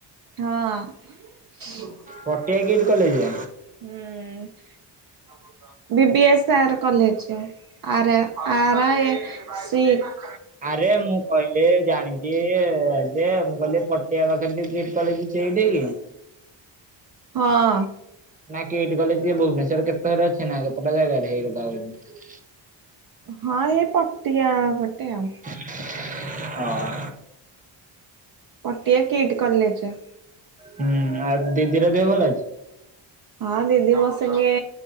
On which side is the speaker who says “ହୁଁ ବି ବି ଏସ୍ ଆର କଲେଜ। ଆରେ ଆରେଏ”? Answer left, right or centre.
Right